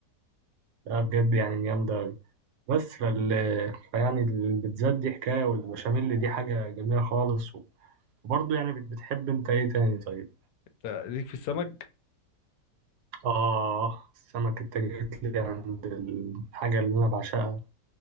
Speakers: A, on the right; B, on the left.
A: لا بجد يعني جامده أوي بس فال فيعني البيتزات دي حكايه والبشاميل دي حاجه جميله خالص وبرضه يعني بت- بتحب انت ايه تاني طيب
B: ليك في السمك
A: اه السمك انت جيت لي عند الحاجه اللي انا بعشقها